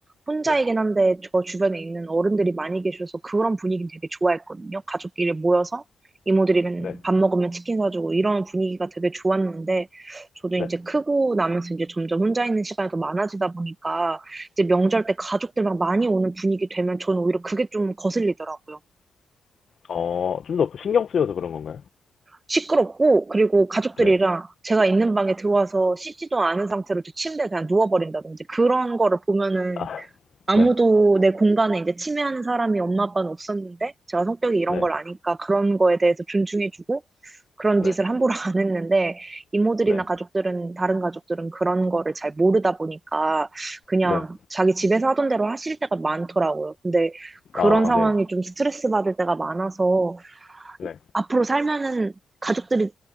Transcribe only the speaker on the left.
네,
네,
네.
어, 좀 더 신경 쓰여서 그런 건가요?
네,
아,
네,
네,
네,
네,
네,
아,
네,
네.